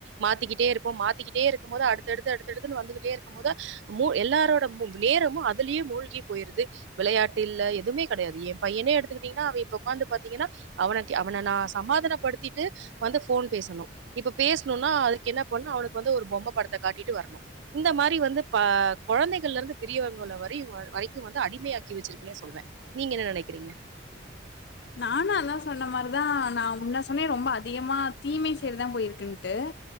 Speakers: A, on the right; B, on the left.
A: மாத்திகிட்டே இருப்போம் மாத்திகிட்டே இருக்கும் போது அடுத்தடுத்து அடுத்தடுத்துனு வந்துகிட்டே இருக்கு எல்லாரோட நேரமும் அதுலய மூழ்கி போயிருது விளையாட்டு இல்ல எதுமே கிடையாது என் பையனே எடுத்துக்கிட்டிங்கனா அவன் இப்ப உக்கார்ந்து பாத்திங்கனா அவன அவன நான் சமாதான படுத்திட்டு வந்து போன் பேசனும் இப்ப பேசணும்னா அதுக்கு என்ன பண்ணனும் அவனுக்கு வந்து ஒரு பொம்மை படத்தை காட்டிட்டு வரணும் இந்த மாதி வந்து குழந்தைகள்ல இருந்து பெரியவங்க வரைக்கும் வந்து அடிமையாக்கி வச்சிருக்கு சொல்லுவன் நீங்க என்ன நினைக்கிறீங்க
B: நானு அதா சொன்ன மாதிரிதா நா உன்ன சொன்னே ரொம்ப அதிகமா தீமை சரிதா போயிருக்குன்ட்டு